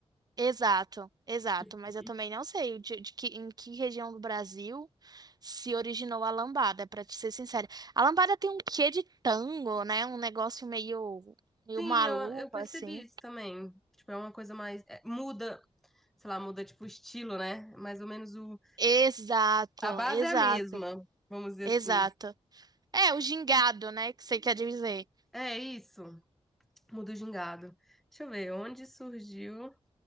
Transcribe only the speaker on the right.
Exato, exato,
mas eu também não sei de, de que, em que região do Brasil se originou a lambada, pra te ser sincera. A lambada tem um quê de tango, né? Um negócio meio, meio
maluco,
assim.
Exato,
exato,
exato.
É, o gingado, né? Que você quer dizer.